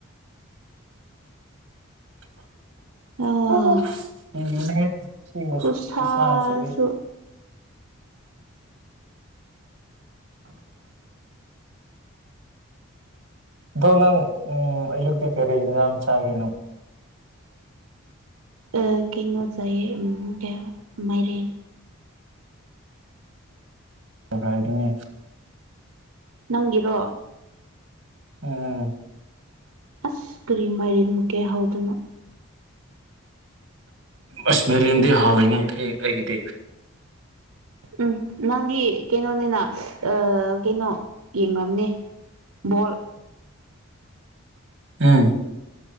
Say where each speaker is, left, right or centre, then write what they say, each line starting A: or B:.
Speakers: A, on the right; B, on the right.
A: <inaudible>
B: <unintelligible>
A: <unintelligible>
B: ꯈꯨꯁꯥꯁꯨ
A: ꯈꯨꯁꯥꯁꯤꯗꯤ <inaudible> ꯗꯣ ꯅꯪ ꯎꯝ ꯑꯌꯨꯛꯇꯤ ꯀꯔꯤ ꯏꯟꯖꯥꯡ ꯆꯥꯒꯦ ꯅꯪ
B: ꯑꯥ ꯀꯩꯅꯣ ꯆꯥꯏꯌꯦ ꯎꯝ ꯃꯥꯏꯔꯦꯟ
A: <unintelligible>
B: ꯅꯪꯒꯤꯔꯣ
A: ꯎꯝ
B: ꯑꯁ ꯀꯔꯤ ꯃꯥꯏꯔꯦꯟꯕꯨ ꯀꯩ ꯍꯥꯎꯗꯅ
A: ꯑꯁ ꯃꯦꯔꯦꯟꯗꯤ ꯍꯥꯎꯋꯤꯅꯦ ꯍꯦ ꯑꯩꯒꯤꯗꯤ
B: ꯎꯝ ꯅꯪꯗꯤ ꯀꯩꯅꯣꯅꯤꯅ ꯑꯥ ꯀꯩꯅꯣ ꯌꯦꯡꯉꯝꯅꯤ ꯕꯣꯜ
A: ꯎꯝ